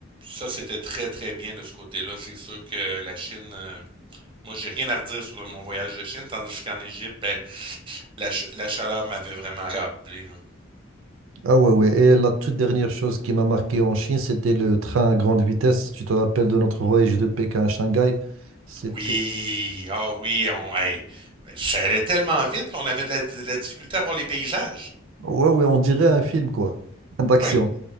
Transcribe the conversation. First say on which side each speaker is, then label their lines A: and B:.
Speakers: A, on the right (about 25°); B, on the right (about 85°).
A: Ça, c'était très, très bien de ce côté-là, c'est sûr que la Chine, euh, Moi, j'ai rien à redire sur mon voyage de Chine, tandis qu'en Égypte, ben, la, ch- la chaleur m'avait vraiment accablé, là.
B: Ah ouais, ouais. Et la toute dernière chose qui m'a marqué en Chine, c'était le train à grande vitesse. Tu te rappelles de notre voyage de Pékin à Shanghai? C'était...
A: Oui, ah oui, on, hey, ça allait tellement vite qu'on avait de la, de la difficulté à voir les paysages.
B: Ouais, ouais, on dirait un film, quoi, <laughs> d'action.
A: Oui,